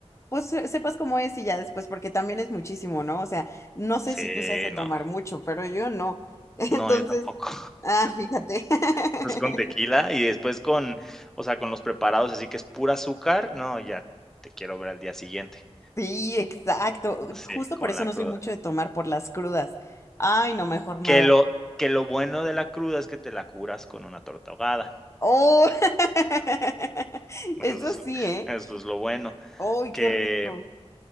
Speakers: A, on the left (about 25°); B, in the centre.
A: pues se- sepas cómo es y ya después, porque también es muchísimo, ¿no? O sea, no sé
B: Sí,
A: si tú sabes de tomar
B: no.
A: mucho, pero yo no. <laughs> Entonces,
B: No, yo tampoco.
A: ah, fíjate. <laughs>
B: Después con tequila y después con, o sea, con los preparados, así que es pura azúcar, no, ya te quiero ver al día siguiente.
A: Sí, exacto.
B: Sí,
A: Justo
B: con
A: por eso
B: la
A: no
B: cruda.
A: soy mucho de tomar por las crudas. Ay, no, mejor nada.
B: Que lo que lo bueno de la cruda es que te la curas con una torta ahogada.
A: Oh, <laughs>
B: <laughs> Eso
A: eso
B: es
A: sí, ¿eh?
B: eso es lo bueno,
A: ¡Ay,
B: que
A: qué rico!